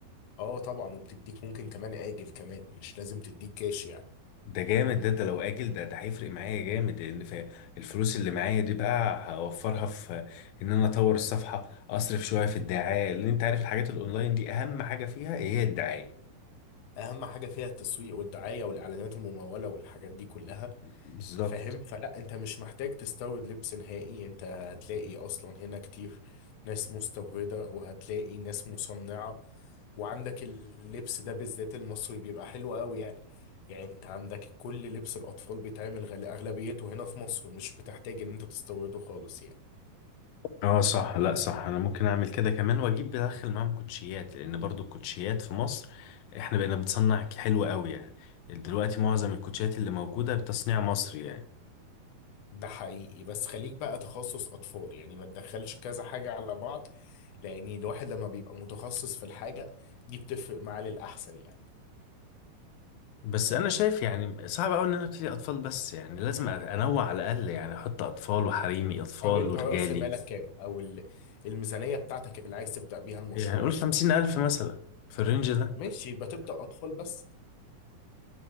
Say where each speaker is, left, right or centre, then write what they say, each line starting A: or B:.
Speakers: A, on the left (about 65°); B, on the left (about 80°).
A: اه طبعا وبتديك ممكن كمان آجل كمان مش لازم تديك كاش يعني
B: ده جامد ده ده لو اجل ده ده هيفرق معايا جامد لان في الفلوس اللي معايا دي بقى هوفرها في ان انا اطور الصفحه اصرف شويه في الدعايه لان انت عارف الحاجات الاونلاين دي اهم حاجه فيها هي الدعايه
A: اهم حاجه فيها التسويق والدعايه والاعلانات المموله والحاجات دي كلها
B: بالظبط
A: فاهم فلا انت مش محتاج تستورد لبس نهائي انت هتلاقي اصلا هنا كتير ناس مستورده وهتلاقي ناس مصنعه وعندك اللبس ده بالذات المصري بيبقى حلو قوي يعني يعني انت عندك كل لبس الاطفال بيتعمل غالي اغلبيته هنا في مصر مش بتحتاج ان انت تستورده خالص يعني
B: اه صح لا صح انا ممكن اعمل كده كمان واجيب بدخل معاهم كوتشيات لان برضو الكوتشيات في مصر احنا بقينا بنصنع حلو قوي يعني دلوقتي معظم الكوتشيات اللي موجوده بتصنيع مصري يعني
A: ده حقيقي بس خليك بقى تخصص اطفال يعني ما تدخلش كذا حاجه على بعض لان الواحد لما بيبقى متخصص في الحاجه دي بتفرق معاه للاحسن يعني
B: بس انا شايف يعني صعب قوي ان انا ابتدي اطفال بس يعني لازم انوع على الاقل يعني احط اطفال وحريمي اطفال
A: طب انت
B: ورجالي
A: راس مالك كام او ال- الميزانيه بتاعتك اللي عايز تبدا بيها المشروع
B: يعني قول
A: كام
B: خمسين الف مثلا في الرينج ده
A: ماشي يبقى تبدا اطفال بس